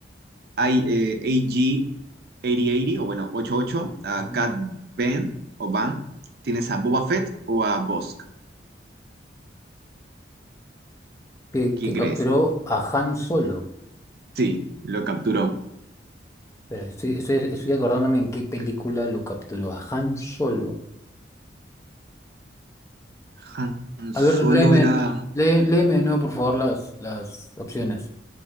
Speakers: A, on the right; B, on the left.
A: I- eh, 8080 o bueno, 88 a
B: Ujú.
A: Cat Ben o Van. Tienes a Boba Fett o a Bosk.
B: Que,
A: ¿Quién
B: que
A: crees?
B: capturó a Han Solo.
A: Sí, lo capturó.
B: Espera, estoy, estoy, estoy acordándome en qué película lo capturó a Han Solo.
A: Han
B: A
A: Solo
B: ver, léeme,
A: era...
B: lé- léeme de nuevo, por favor, las, las opciones.